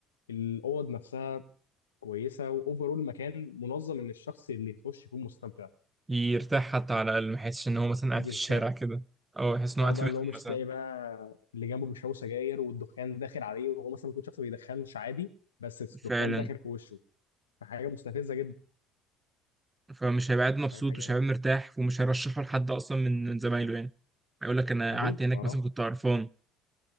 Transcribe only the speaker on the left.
الاوض نفسها كويسه واوفرول المكان منظم ان الشخص اللي يخش يكون مستمتع
يرتاح
اه
بقى
اللي هو مش
تلاقي بقى اللي جنبه بيشربوا سجاير والدخان داخل عليه وهو مثلا ممكن شخص ما بيدخنش عادي بس الدخان
داخل في وشه فحاجه مستفزه جدا
فاهم حاجه
اكيد
فراح